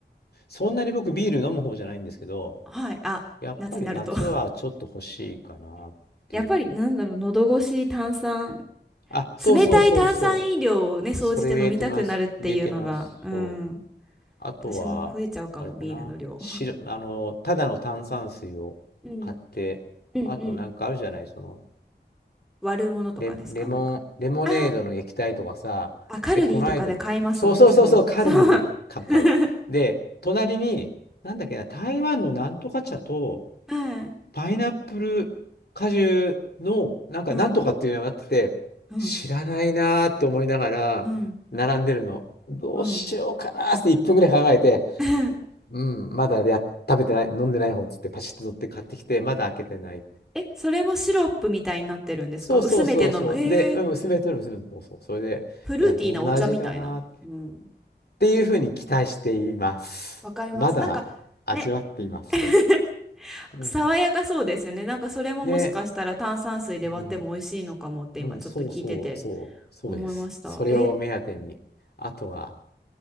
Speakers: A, on the left; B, in the centre.
A: そんなに僕ビール飲む方じゃないんですけど、
B: はい。あ、
A: やっぱり夏はちょっと欲しいかなっていう。
B: 夏になると <laughs> やっぱりなんだろう、喉越し、炭酸、
A: あ、そうそうそうそう。
B: 冷たい炭酸飲料をね、総じて飲みたくなるっていうのが、
A: それを言えてます。言えてます。
B: うん、
A: そう。あとは、
B: 私も増えちゃうかも、
A: あれかな。
B: ビールの量。
A: 白、あの、ただの炭酸水を買って、
B: うん。うんうん。
A: あとなんかあるじゃない、その、
B: 割るものとかですか、
A: レ、レモン、
B: なんか。
A: レモネードの液体とかさ、
B: あーあ、カルディとかで買います、
A: で、こないだ、そうそうそうそう、
B: 私も。
A: カルディで買う。
B: そう。
A: 買うで、
B: <laughs>
A: 隣に、なんだっけな、台湾のなんとか茶と、
B: はい。
A: パイナップル果汁の、なんか、
B: うん、
A: なんとかっていうのがあってて、
B: うん、
A: 知らないなーって思いながら、
B: うん、
A: 並んでるの。どうしようかなーって1分ぐらい考えて、
B: うん。<laughs>
A: うん、まだや、食べてない、飲んでない方っつって、パシッと取って買ってきて、まだ開けてないって。
B: え、それもシロップみたいになってるんですか薄めて飲む。
A: そうそうそうそう。
B: えー、
A: で、うん、娘との娘の、そうそう。それで、
B: フルーティーなお茶みたいな。
A: いや、どんな味かなーっ
B: うん。
A: ていうふうに期待しています。
B: わかります。
A: まだ味わっていません。
B: なんか、ね。<laughs>
A: うん。
B: 爽やかそうですよね。なんかそれももしかしたら炭酸水で割っても美味しいのかもって今ちょっと聞いてて
A: で、うん。うん、そうそうそう、そうです。
B: 思いました。
A: それを目当てに、
B: え、
A: あとは